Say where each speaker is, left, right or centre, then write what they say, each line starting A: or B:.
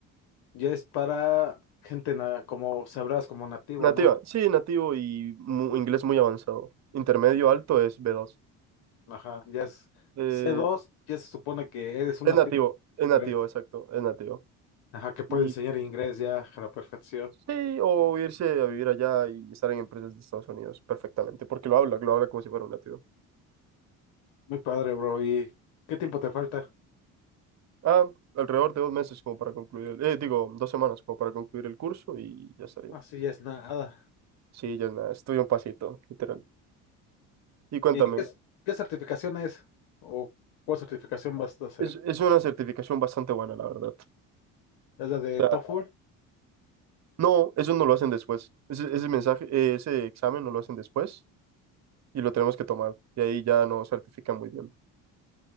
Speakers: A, on the left (about 75°); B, on the right (about 45°).
A: ya es para gente na- como sabrás, como nativo,
B: Nativa,
A: ¿no?
B: sí, nativo y mu- inglés muy avanzado. Intermedio alto es b dos
A: Ajá, ya es
B: Eh,
A: c dos ya se supone que eres una
B: es nativo,
A: tip
B: es
A: inglés.
B: nativo, exacto, es nativo.
A: Ajá, que puede
B: Y
A: enseñar inglés ya a la perfección.
B: sí, o irse a vivir allá y estar en empresas de Estados Unidos perfectamente, porque lo habla, lo habla como si fuera un nativo.
A: Muy padre, bro. ¿Y qué tiempo te falta?
B: Ah, alrededor de dos meses como para concluir el, eh, digo, dos semanas como para concluir el curso y ya estaría.
A: Así ya es nada.
B: Sí, ya es nada, estoy un pasito, literal. Y cuéntame,
A: ¿Y qué, es- qué certificación es? ¿O cuál certificación vas a hacer?
B: es, es una certificación bastante buena, la verdad.
A: ¿Es la de
B: O sea,
A: TOEFL?
B: no, eso no lo hacen después. Ese, ese mensaje, eh, ese examen no lo hacen después y lo tenemos que tomar. Y ahí ya no certifican muy bien.